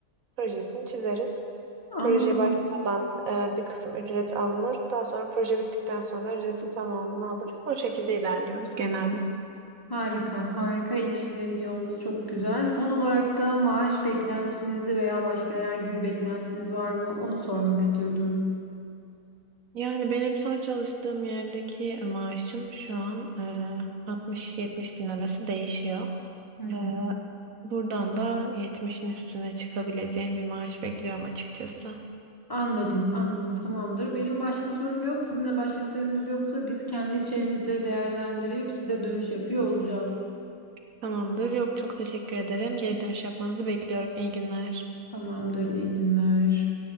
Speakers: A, on the right; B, on the left.
A: projesini çizeriz.
B: Anladım.
A: Proje başlamadan e, bir kısım ücret alınır. Daha sonra proje bittikten sonra ücretin tamamını alırız. O şekilde ilerliyoruz genelde.
B: Harika, harika ilişkilerin iyi olması çok güzel. Son olarak da maaş beklentinizi veya başka herhangi bir beklentiniz var mı? Onu sormak istiyordum.
A: Yani benim son çalıştığım yerdeki maaşım şu an eee, 60-70 bin arası değişiyor.
B: Hı hı.
A: Eee, buradan da 70'in üstüne çıkabileceğim bir maaş bekliyorum açıkçası.
B: Anladım, anladım. Tamamdır. Benim başka sorum yok. Sizin de başka sorunuz yoksa biz kendi içerimizde değerlendirip size dönüş yapıyor olacağız.
A: Tamamdır. Yok çok teşekkür ederim. Geri dönüş yapmanızı bekliyorum. İyi günler.
B: Tamamdır. İyi günler.